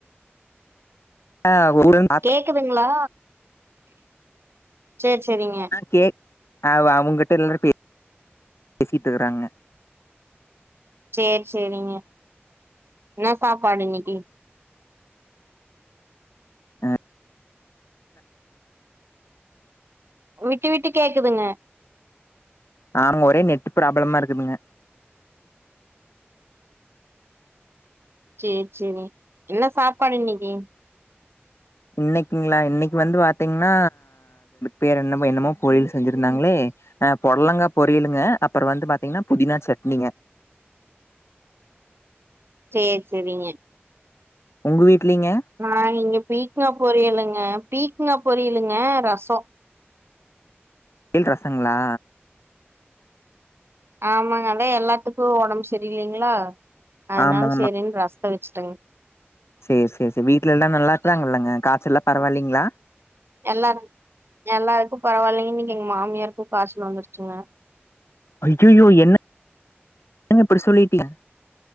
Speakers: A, on the left; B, on the right.
A: ஆ ஊழல்
B: கேக்குதுங்களா சேரி சரிங்க
A: கே அவு அவுங்க கிட்ட எல்லாரும் பே பேசிட்டு இருக்குறாங்க
B: சேரி சேரிங்க என்ன சாப்பாடு இன்னைக்கு
A: அ
B: விட்டு விட்டு கேக்குதுங்க
A: அ ஒரே நெட் ப்ராப்ளமா இருக்குதுங்க
B: சேரி சேரி என்ன சாப்பாடு இன்னைக்கு
A: இன்னைக்குங்களா இன்னைக்கு வந்து பாத்தீங்கன்னா பேர் என்னமோ என்னமோ பொறியல் செஞ்சிருந்தாங்களே ஆ பொடலாங்கா பொறியலுங்க அப்புற வந்து பாத்தீங்கன்னா புதினா சட்னிங்க
B: செரி செரிங்க
A: உங்கள் வீட்லிங்க
B: ஆ இங்க பீக்கங்க பொரியலுங்க பீக்கங்க பொரியலுங்க ரசோ
A: பொறில் ரசங்களா
B: ஆமாங்க அதா எல்லாத்துக்கு ஒடம்பு சரியில்லைங்களா அதனால
A: ஆமா
B: சரின்னு ரசத வெச்சுட்டேங்க
A: செரி செரி செரி வீட்ல எல்லா நல்லா இருக்காங்கல்லாங்க காய்ச்சல் எல்லா பரவாயில்லைங்களா
B: எல்லாரு எல்லாருக்கு பரவாயில்லைங்கன்ன இங்க எங்க மாமியாருக்கு காய்ச்சல் வந்துருச்சுங்க
A: ஐய்யையோ என்னங்க இப்படி சொல்லிட்டீங்க